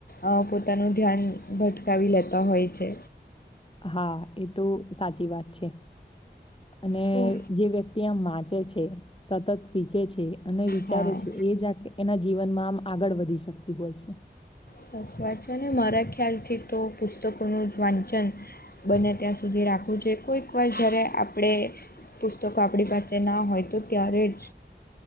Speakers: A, on the left (about 55°); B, on the left (about 30°).
A: અ પોતાનું ધ્યાન ભટ ભટકાવી લેતા હોય છે.
B: હા એ તો સાચી વાત છે. અને
A: તો
B: જે વ્યક્તિ આમ વાંચે છે, સતત શીખે છે અને વિચારે
A: હા
B: છે એ જ એના જીવનમાં આમ આગળ વધી શકતી હોય છે.
A: સાચી વાત છે ને મારા ખ્યાલથી તો પુસ્તકોનું જ વાંચન બને ત્યાં સુધી રાખવું જોઈએ કોઈક વાર જ્યારે આપડે પુસ્તકો આપણી પાસે ના હોય તો ત્યારે જ